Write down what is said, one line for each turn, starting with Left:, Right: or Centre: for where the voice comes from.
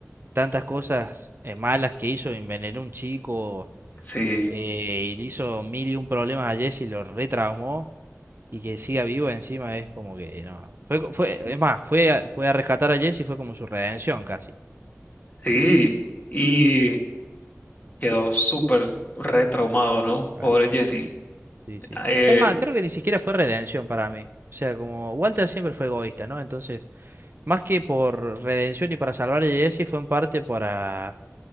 Right: tantas cosas eh, malas que hizo, envenenó a un chico,
Left: Sí,
Right: eh, y le hizo mil y un problemas a Jesse, lo retraumó, y que siga vivo encima es como que no. Fue, co- fue, es más, fue a, fue a rescatar a Jesse, fue como su redención casi.
Left: sí. Y Quedó súper retraumado, ¿no?
Right: Claro.
Left: Pobre Jesse.
Right: Sí, sí.
Left: Ah, Eh,
Right: Es más, creo que ni siquiera fue redención para mí. O sea, como Walter siempre fue egoísta, ¿no? Entonces... Más que por redención y para salvar a Jesse, fue en parte para...